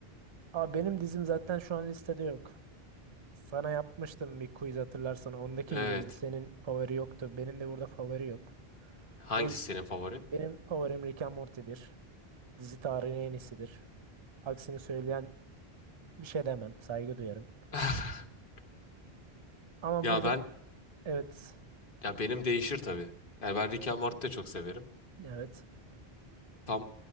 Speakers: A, on the right; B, on the left.
A: Aa, benim dizim zaten şu an listede yok. Sana yapmıştım bir quiz hatırlarsan. Ondaki
B: Evet.
A: gibi oldu. Senin favori yoktu. Benim de burada favori yok.
B: Hangisi
A: O yüzden
B: senin favorin?
A: benim favorim Rick and Morty'dir. Dizi tarihinin en iyisidir. Aksini söyleyen bir şey demem. Saygı duyarım.
B: <laughs>
A: Ama
B: Ya
A: burada
B: ben
A: evet.
B: ya benim
A: Sözünü
B: değişir
A: kestim.
B: tabii. Yani ben Rick and Morty'yi de çok severim.
A: Evet.
B: Tam